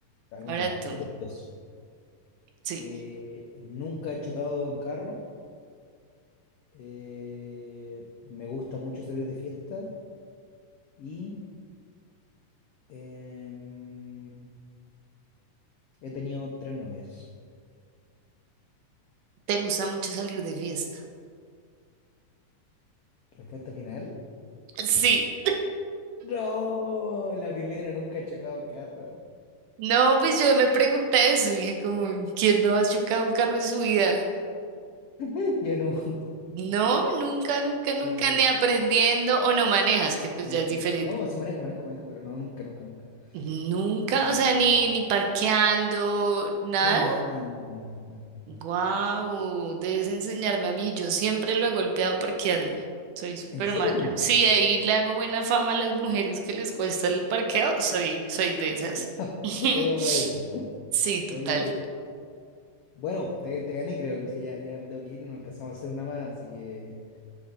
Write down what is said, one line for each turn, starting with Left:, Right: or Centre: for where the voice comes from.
Left: algún
Right: ahora
Left: día.
Right: tú,
Left: tres dos
Right: sí,
Left: Eh, nunca he chocado en carro. Eh, me gusta mucho salir de fiesta. Y em, he tenido tres novias.
Right: ¿te gusta mucho salir de fiesta?
Left: Respuesta final.
Right: Sí,
Left: No, la primera, nunca he chocado en carro.
Right: no, pues yo me pregunté eso, y dije como, ¿quién no ha chocado un carro en su vida?
Left: <laughs> Yo nunca.
Right: No, nunca, nunca, nunca,
Left: No, nunca.
Right: ni aprendiendo o no manejas, que pues
Left: No,
Right: ya es
Left: no,
Right: diferente.
Left: no. No, sí manejo, manejo, manejo, pero no, nunca, nunca, nunca.
Right: Nunca,
Left: No, ma-
Right: o sea, ni, ni parqueando, nada.
Left: no, no, nada, nada, nada, nada,
Right: Guau,
Left: nada,
Right: debes enseñarme a mí. Yo siempre lo he golpeado parqueando. Soy súper
Left: ¿En serio?
Right: mala. Sí, ahí le hago buena fama a las mujeres que les cuesta el parqueo. Soy, soy de esas.
Left: <laughs>
Right: <laughs>
Left: Eres una de esas.
Right: Sí, total.
Left: Oye, bueno, te, te gané, creo, Luisa. Ya, ya me tengo que ir, no alcanzamos a hacer una más, así que.